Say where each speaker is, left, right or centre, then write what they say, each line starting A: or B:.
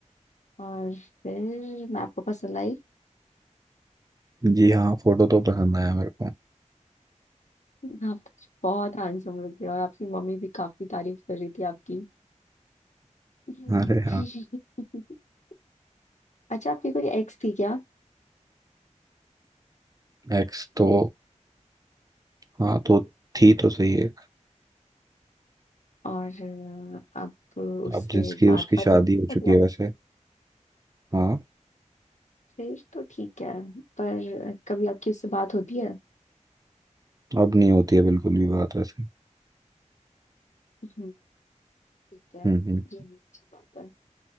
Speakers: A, on the left; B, on the right.
A: और फिर मैं आपको पसंद आई
B: जी हाँ फोटो तो पसंद आया मेरे को
A: आप बहुत हैंडसम लग रहे हो और आपकी मम्मी भी काफी तारीफ कर रही थी आपकी हम्म।
B: अरे हाँ
A: <laughs> अच्छा आपकी कोई एक्स थी क्या
B: एक्स तो हाँ तो थी तो सही है
A: और अ, अब उससे
B: अब जिसकी
A: बात
B: उसकी
A: बात
B: शादी
A: होती है
B: हो चुकी
A: कभी
B: है
A: आप
B: वैसे हाँ
A: फिर तो ठीक है पर कभी आपकी उससे बात होती है
B: अब नहीं होती है बिल्कुल भी बात वैसे
A: हम्म, ठीक है
B: हम्म हम्म
A: ये भी अच्छी बात है